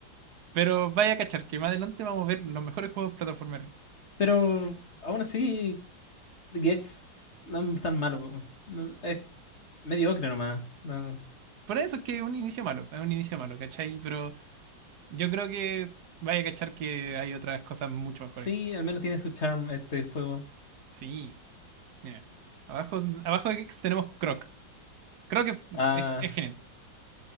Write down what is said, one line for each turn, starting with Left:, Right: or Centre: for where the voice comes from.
Right: Pero vaya a cachar que más adelante vamos a ver los mejores juegos plataformeros.
Left: Pero aún así, Gex no es tan malo. po. No, es mediocre nomás. No.
Right: Por eso es que es un inicio malo, es un inicio malo, ¿cachai? Pero yo creo que vaya a cachar que hay otras cosas mucho mejores.
Left: Sí, al menos tiene su charm este juego.
Right: Sí. Mira, abajo, abajo de Geeks tenemos Croc. Croc es,
Left: Ah,
Right: es- es genial.